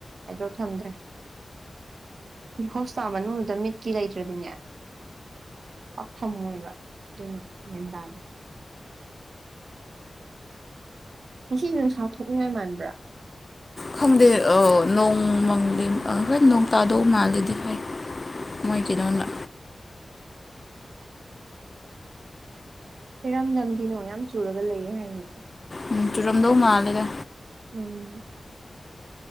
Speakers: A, on the right; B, on the left.
A: ꯑꯥꯏꯗꯣꯞ ꯊꯝꯗ꯭ꯔꯦ ꯍꯣꯁꯄꯤꯇꯥꯜ ꯃꯅꯨꯡꯗ ꯃꯤꯠꯀꯤ ꯂꯩ ꯭ꯇꯔꯗꯤꯅꯦ ꯄꯥꯛꯐꯡꯉꯣꯏꯕ ꯑꯗꯨꯅ ꯃ꯭ꯦꯟ ꯇꯥꯗꯦ ꯉꯁꯤ ꯅꯨꯡꯁꯥ ꯊꯣꯛꯅꯤꯡꯉꯥꯏ ꯃꯥꯟꯕ꯭ꯔꯥ
B: ꯈꯪꯗꯦ ꯑ ꯅꯣꯡ ꯍꯣꯏ ꯅꯣꯡ ꯇꯥꯗꯧ ꯃꯥꯜꯂꯤꯗ ꯍꯣꯏ ꯃꯣꯏꯒꯤꯗꯧꯅ
A: ꯏꯔꯝꯗꯝꯗꯤ ꯅꯣꯡ ꯌꯥꯝ ꯆꯨꯔꯒ ꯂꯩꯌꯦ ꯍꯥꯏꯅꯦ
B: ꯎꯝ ꯆꯨꯔꯝꯗꯧ ꯃꯥꯜꯂꯦꯗ
A: ꯎꯝ